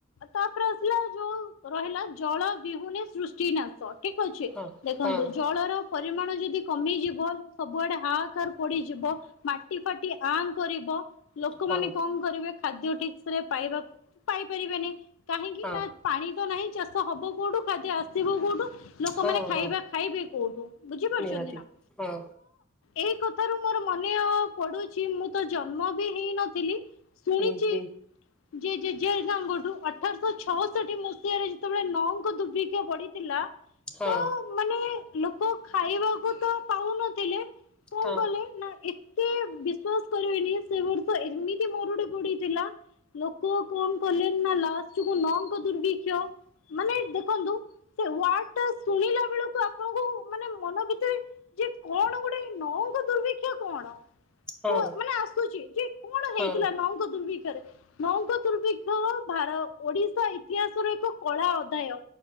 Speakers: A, on the left (about 75°); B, in the centre.
A: ତାପରେ ଆସିଲା ଯୋଉ ରହିଲା ଜଳ ବିହୁନେ ସୃଷ୍ଟି ନା ସ ଠିକ ଅଛି।
B: ହଁ ହଁ
A: ଦେଖନ୍ତୁ
B: ହଁ ହଁ ହଁ
A: ଜଳର ପରିମାଣ ଯଦି କମିଯିବ ସବୁଆଡେ ହାଆକାର ପଡିଯିବ ମାଟି ଫାଟି ଆଁ କରିବ। ଲୋକମାନେ
B: ହଁ
A: କଣ କରିବେ ଖାଦ୍ୟ ଠିକ ସେରେ ପାଇବାକୁ ପାଇପାରିବେନି। କାହିଁକି
B: ହଁ
A: ନା ପାଣି ତ ନାହିଁ ଚାଷ ହବ କୋଉଠୁ ଖାଦ୍ୟ ଆସିବ କୋଉଠୁ? ଲୋକମାନେ
B: ହଁ
A: ଖାଇବା
B: ହଁ
A: ଖାଇବେ କୋଉଠୁ? ବୁଝିପାରୁଛନ୍ତି
B: ନିହାତି
A: ନା?
B: ହଁ।
A: ଏହି କଥାରୁ, ମୋର ମନେଅ ପଡୁଚି। ମୁଁ ତ ଜନ୍ମ ବି ହେଇନଥିଲି। ଶୁଣିଚି।
B: ହୁଁ ହୁଁ
A: ଜେ ଜେଜେ ହେରିକାଙ୍କଠୁ, ଅଠରଶହ ଛଅଷଠି ମସିହାରେ, ଯେତେବେଳେ ନଅଙ୍କ ଦୁର୍ଭିକ୍ଷ ପଡିଥିଲା
B: ହଁ
A: ତ, ମାନେ ଲୋକ ଖାଇବାକୁ ତ ପାଉନଥିଲେ। କଅଁ
B: ହଁ
A: କଲେ ନା, ଏତେ ବିଶ୍ଵାସ କରିବେନି କ ଏମିତି ମରୁଡି ପଡ଼ି ଥିଲା। ଲୋକ କଣ କଲେ ନା, ଲାଷ୍ଟ କୁ ନଙ୍କ ଦୁର୍ଭିକ୍ଷ ମାନେ, ଦେଖନ୍ତୁ ସେ ୱାର୍ଡ ଟା ଶୁଣିଲା ବେଳକୁ ଆ ଆପଣଙ୍କୁ, ମାନେ ମନ ଭିତରେ ଯେ କଣ ଗୋଟେ ନଅଙ୍କ ଦୁର୍ଭିକ୍ଷ ର୍ଭିକ୍ଷ କଣ?
B: ହଁ
A: ତ ମାନେ ଆସୁଛି। ଯେ କଣ
B: ହଁ
A: ହେଇଥିଲା, ନଅଙ୍କ ଦୁର୍ଭିକ୍ଷ ରେ? ନଅଙ୍କ ଦୁର୍ଭିକ୍ଷ, ଭାର ଓଡିଶା ଇତିହାସର ଏକ କଳା ଅଧ୍ୟାୟ